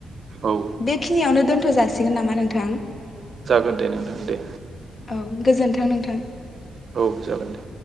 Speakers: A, on the right (about 50°); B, on the left (about 40°).
A: औ
B: बेखिनियावनो दोनथ' जासिगोन नामा नोंथां
A: जागोन दे नोंथां दे
B: औ गोजोन्थों नोंथां।
A: औ जागोन दे